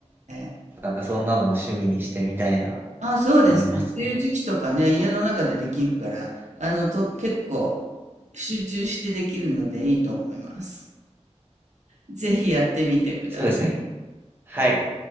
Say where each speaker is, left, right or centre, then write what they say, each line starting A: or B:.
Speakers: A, on the right; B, on the right.
A: えええ
B: なんかそんなのも趣味にしてみたいな、
A: あ、そうですね。
B: 思いますね。
A: 梅雨時期とかね、家の中でできるから、あの、と、結構集中してできるのでいいと思います。ぜひやってみてください。
B: そうですね。はい。